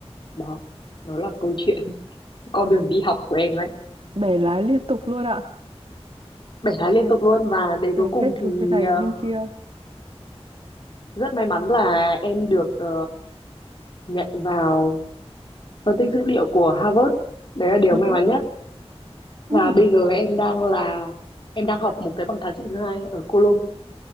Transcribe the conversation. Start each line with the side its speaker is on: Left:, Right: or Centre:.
Left: đó nó là câu chuyện <laughs> con đường đi học của em đấy
Right: bẻ lái liên tục luôn ạ.
Left: bảy tháng liên
Right: Bẻ,
Left: tục luôn và đến cuối
Right: bẻ
Left: cùng
Right: hết từ
Left: thì
Right: bên này
Left: ờ,
Right: đến bên kia.
Left: rất may mắn là em được ờ, nhận vào phân tích dữ liệu của Harvard đấy là điều
Right: Ừ.
Left: may mắn nhất
Right: Ừ.
Left: Và bây giờ em đang là em đang học một cái bằng thạc sĩ thứ hai ở Colom.